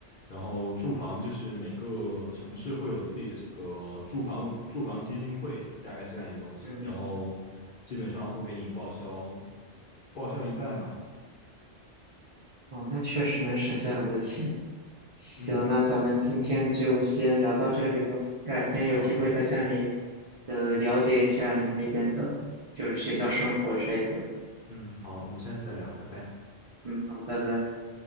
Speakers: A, on the left (about 55°); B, on the right (about 45°).
A: 然后住房就是每个城市会有自己的这个住房住房基金会，大概这样一个东西，
B: 嗯，
A: 然后基本上会给你报销报销一半吧。
B: 哦，那确实能省下很多钱。行，
A: 嗯，
B: 那咱们今天就先聊到这里了，改天有机会再向你
A: 好，
B: 呃了解一下你们那边的，就是学校生活之类的。
A: 嗯，好，我们下次再聊，拜拜。
B: 嗯，好，拜拜。